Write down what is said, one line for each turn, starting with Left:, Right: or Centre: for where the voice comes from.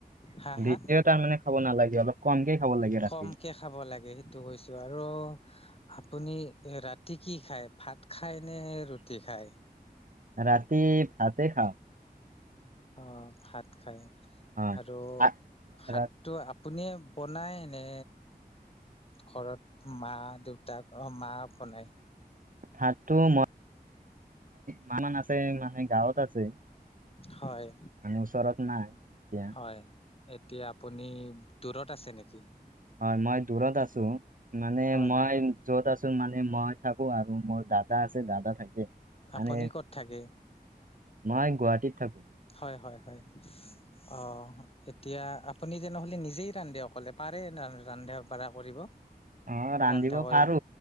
Left: হা হা
Right: বেছি তাৰমানে খাব নালাগে। অলপ কমকে খাব লাগে ৰাতি।
Left: কমকে খাব লাগে সেইটো কৈছো আৰু আপুনি ৰাতি কি খায় ভাত খাই নে ৰু। টি খায়।
Right: ৰাতি ভাতে খাওঁ।
Left: অ' ভাত খাই
Right: হয়
Left: আৰু
Right: আ-
Left: ভাতটো
Right: ৰা-
Left: আপুনিয়ে বনায় নে। ঘৰত মা দেউতাক মা বনাই।
Right: ভাততো মই মা আছে মানে গাঁৱত আছে।
Left: হয়
Right: মানে ওচৰত নাই এতিয়া।
Left: হয় এতিয়া আপুনি দূৰত আছে নেকি?
Right: হয় মই দূৰত আছো, মানে
Left: হয়
Right: মই য'ত আছো মানে মই থাকো আৰু মোৰ দাদা আছে দাদা থাকে। মানে
Left: আপুনি ক'ত থাকে?
Right: মই গুৱাহাটীত থাকো।
Left: হয়, হয়, হয়। অ' এতিয়া আপুনি তেনেহ'লে নিজেই ৰান্ধে অকলে পাৰে ৰান্ধা বাঢ়া কৰিব।
Right: অ' ৰান্ধিব
Left: ৰান্ধা কৰিব
Right: পাৰো,